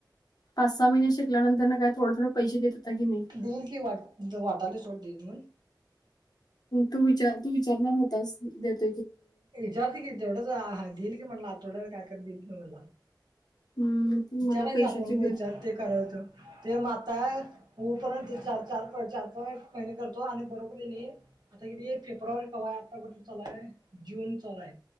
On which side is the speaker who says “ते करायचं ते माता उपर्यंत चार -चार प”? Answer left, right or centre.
Right